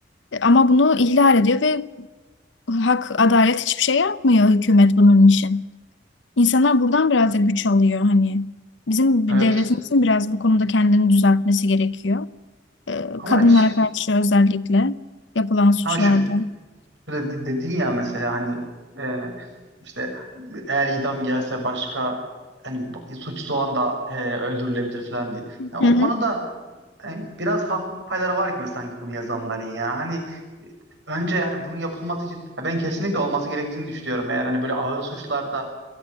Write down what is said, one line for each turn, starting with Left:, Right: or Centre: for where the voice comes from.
Left: E, ama bunu ihlal ediyor ve hak adalet hiçbir şey yapmıyor hükümet bunun için. İnsanlar buradan biraz da güç alıyor hani. Bizim
Right: Evet.
Left: devletimizin biraz bu konuda kendini düzeltmesi gerekiyor. E,
Right: Ama
Left: kadınlara
Right: ş-
Left: karşı özellikle yapılan suçlarda.
Right: ama şu Şöyle de- dedin ya mesela hani e, işte eğer idam gelse başka hani b- suçsuz olan da e, öldürülebilir falan diye. Yani
Left: Hı
Right: o
Left: hı.
Right: konuda e, biraz haklılık payları var gibi sanki bunu yazanların ya. Hani e, önce yani bunun yapılması için ya ben kesinlikle olması gerektiğini düşünüyorum. Eğer hani böyle ağır suçlarda